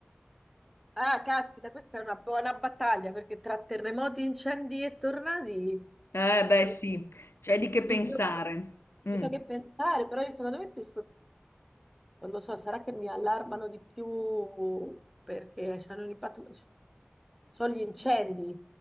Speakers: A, in the centre; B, on the left.
A: Ah, caspita, questa è una buona battaglia perché tra terremoti, incendi e tornadi
B: Eh, beh,
A: cioè,
B: sì, c'è di che
A: i
B: pensare.
A: più-
B: Mm.
A: c'è da che pensare, però io, secondo me i più non lo so, sarà che mi allarmano di più perché hanno un impatto, cioè, sono gli incendi,